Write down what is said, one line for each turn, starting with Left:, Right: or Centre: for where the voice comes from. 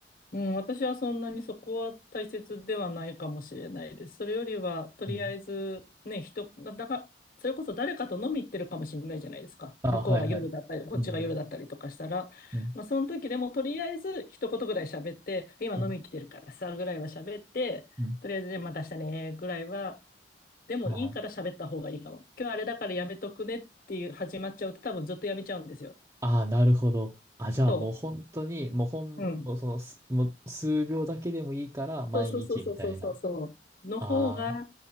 Left: うん。私はそんなにそこは大切ではないかもしれないです。それよりは、とりあえず、
Right: うん
Left: ね、人、だ、だが、それこそ誰かと飲み行ってるかもしれないじゃないですか。
Right: ああ、
Left: 向こうが夜だったり、
Right: はいはい。
Left: こっちが夜だったりとかしたら。
Right: うんうん
Left: まあ、その時でも、とりあえず一言ぐらい喋って、今飲み来てるからさ、
Right: うん
Left: ぐらいは喋って、
Right: うん
Left: とりあえず、じあまた明日ね、ぐらいは、でもいいから喋った方がいいかも。
Right: あー
Left: 今日あれだからやめとくねっていう始まっちゃうと多分ずっとやめちゃうんですよ。
Right: あー、なるほど。あ、じゃあもう本当に、
Left: そ
Right: もうほん、
Left: う。うん。
Right: もうそのす、もう数秒だけでもいいから毎日みたいな。
Left: そうそうそうそうそうそうそう。の方が
Right: ああ、